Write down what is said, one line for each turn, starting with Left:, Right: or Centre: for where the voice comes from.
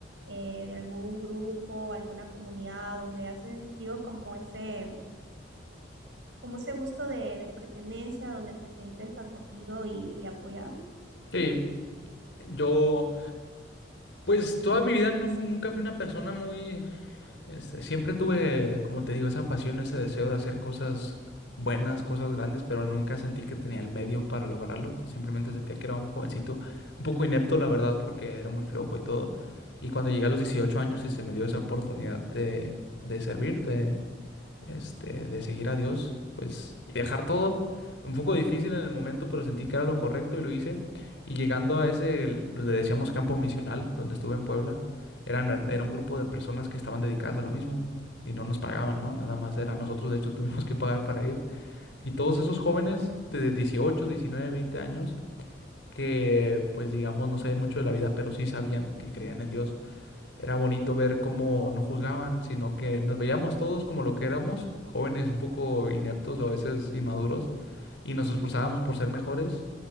Right: eh, de algún grupo, alguna comunidad donde has sentido como ese, como ese gusto de, de pertenencia, donde te sientes acogido y apoyado?
Left: Sí, Yo, pues toda mi vida no fu- nunca fui una persona muy, este, siempre tuve, como te digo, esa pasión, ese deseo de hacer cosas buenas, cosas grandes, pero nunca sentí que tenía el medio para lograrlo. Simplemente sentía que era un jovencito, un poco inepto, la verdad, porque era muy flojo y todo. Y cuando llegué a los 18 años y se me dio esa oportunidad de, de servir, este, de seguir a Dios, pues, y dejar todo. Un poco difícil en el momento, pero sentí que era lo correcto y lo hice. Y llegando a ese, el- pues, le decíamos campo misional, donde estuve en Puebla, eran, era un grupo de personas que estaban dedicadas a lo mismo y no nos pagaban, ¿no? Nada más era. Nosotros, de hecho, <laughs> tuvimos que pagar para ir. Y todos esos jóvenes de 18, 19, 20 años, que pues digamos no sabían mucho de la vida, pero sí sabían que creían en Dios era bonito ver cómo no juzgaban, sino que nos veíamos todos como lo que éramos, jóvenes un poco ineptos o a veces inmaduros, y nos esforzábamos por ser mejores